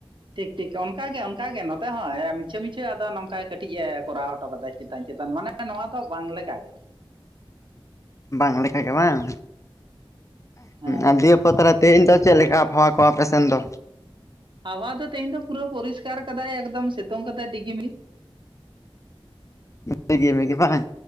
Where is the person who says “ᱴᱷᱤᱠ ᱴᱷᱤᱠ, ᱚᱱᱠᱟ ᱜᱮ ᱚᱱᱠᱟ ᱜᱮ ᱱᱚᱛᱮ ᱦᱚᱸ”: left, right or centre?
Right